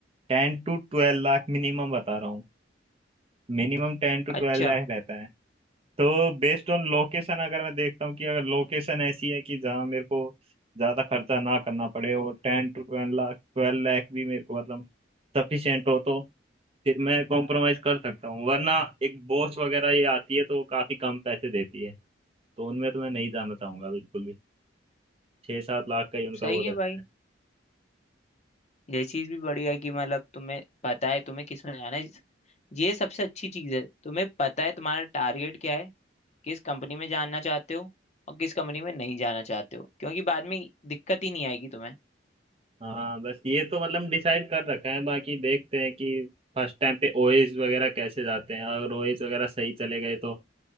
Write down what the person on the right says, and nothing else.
टेन टू ट्वेल्व लाख मिनिमम बता रहा हूँ मिनिमम टेन टू ट्वेल्व
लाख रहता है तो बेस्ड ऑन लोकेशन अगर मैं देखता हूँ कि अगर लोकेशन ऐसी है कि जहाँ मेरे को ज्यादा खर्चा ना करना पड़े और टेन टू ट्वेल्व लाख ट्वेल्व लाख भी मेरे को मतलब सफिशियंट हो तो फिर मैं कॉम्प्रोमाइज कर सकता हूँ वरना एक बॉस वगैरह ये आती है तो वो काफी कम पैसे देती है तो उनमें तो मैं नहीं जाना चाहूंगा बिल्कुल भी छह सात लाख का ही उनका
वो
रहता
है
हाँ बस ये तो मतलब डिसाइड कर रखा है बाकी देखते हैं कि फर्स्ट टाइम पे ओएस वगैरह कैसे जाते हैं अगर ओएस वगैरह सही चले गए तो